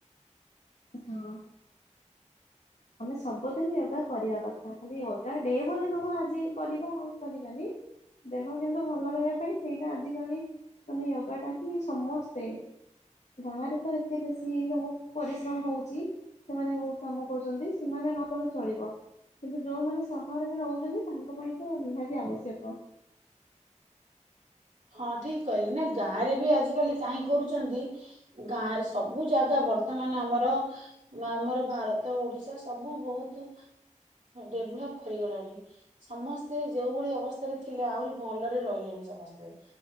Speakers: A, on the left; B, on the right.
A: ହଁ। ଆମେ ସବୁଦିନ ୟୋଗା କରିବା କଥା। ଖାଲି ୟୋଗା ଡେ ବୋଲି ନୁହଁ ଆଜି କରିବା ଆଉ କରିବାନି। ଦେହ କିନ୍ତୁ ଭଲ ରହିବା ପାଇଁ ସେଇଟା ଆଜିକାଲି ମାନେ ୟୋଗା ଟା ହିଁ ସମସ୍ତେ ଗାଁ ରେ ତ ଏତେ ବେଶୀ ସବୁ ପରିଶ୍ରମ ହଉଛି। ସେମାନେ ବହୁତ କାମ କହୁଛନ୍ତି ସେମାନେ ନ କଲେ ଚଳିବ। କିନ୍ତୁ ଯୋଉମାନେ ସହରରେ ରହୁଛନ୍ତି ତାଙ୍କ ପାଇଁ ତ ନିହାତି ଆବଶ୍ୟକ।
B: ହଁ ଠିକ କହିଲେ ନା ଗାଁରେ ବି ଆଜିକାଲି କାହିଁ କରୁଛନ୍ତି, ଗାଁରେ ସବୁ ଜାଗା ବର୍ତ୍ତମାନ ଆମର ଆମର ଭାରତ ଓଡିଶା ସବୁ ବହୁତ ଡେଭଲପ କରିଗଲାଣି। ସମସ୍ତେ ଯୋଉଭଳି ଅବସ୍ଥାରେ ଥିଲେ, ଆହୁରି ଭଲରେ ରହିଲେଣି ସମସ୍ତେ।